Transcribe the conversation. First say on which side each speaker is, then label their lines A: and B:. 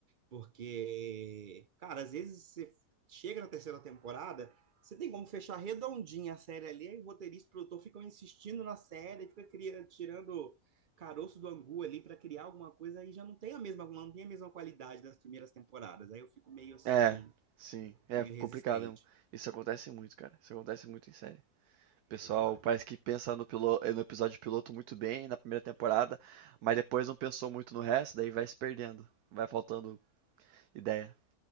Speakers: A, on the right; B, on the right.
A: porque, cara, às vezes você chega na terceira temporada, você tem como fechar redondinha a série ali, aí o roteirista e o produtor ficam insistindo na série, fica cria- tirando caroço do angu ali para criar alguma coisa, aí já não tem a mesma, não tem a mesma qualidade das primeiras temporadas, aí eu fico meio assim,
B: É, sim. É
A: meio resistente.
B: complicado mesmo. Isso acontece muito, cara. Isso acontece muito em série.
A: É
B: pessoal
A: verdade.
B: parece que pensa no, pilo- eh, no episódio piloto muito bem na primeira temporada, mas depois não pensou muito no resto, daí vai se perdendo. Vai faltando ideia.